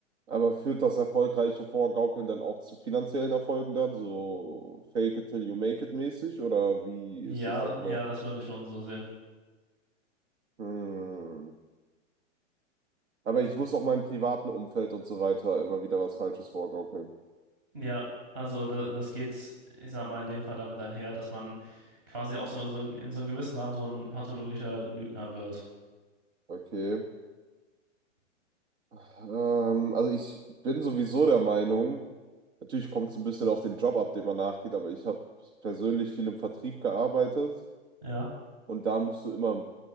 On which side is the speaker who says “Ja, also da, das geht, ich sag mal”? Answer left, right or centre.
Right